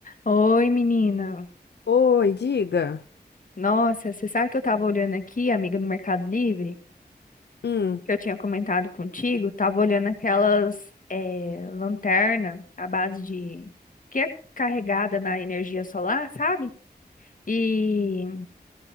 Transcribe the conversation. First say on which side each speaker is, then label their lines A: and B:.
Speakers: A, on the left; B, on the left.
A: Oi, menina.
B: Oi, diga.
A: Nossa, você sabe que eu tava olhando aqui, amiga, no Mercado Livre,
B: Hum.
A: que eu tinha comentado contigo, tava olhando aquelas eh, lanterna à base de... que é carregada na energia solar, sabe? E